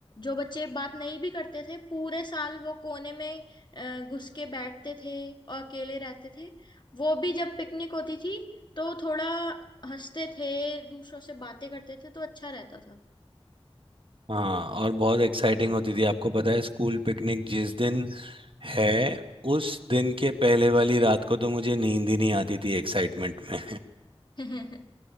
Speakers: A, on the left; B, on the right.
A: जो बच्चे बात नहीं भी करते थे पूरे साल वो कोने में अ, घुस के बैठते थे और अकेले रहते थे वो भी जब पिकनिक होती थी तो थोड़ा हंसते थे दूसरों से बातें करते थे तो अच्छा रहता
B: हाँ और बहुत एक्साइटिंग होती थी आपको पता है स्कूल पिकनिक जिस दिन है उस दिन के पहले वाली रात को तो मुझे नींद ही नहीं आती थी एक्साइटमेंट में
A: था <laughs>